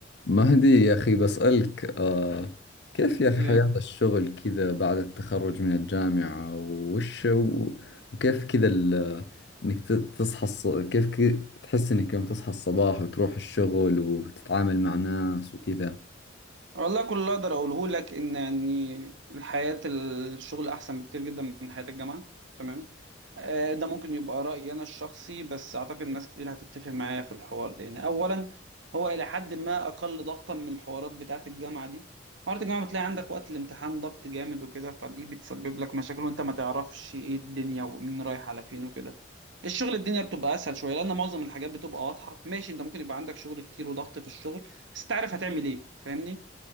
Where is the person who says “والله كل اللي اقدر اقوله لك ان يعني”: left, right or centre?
Right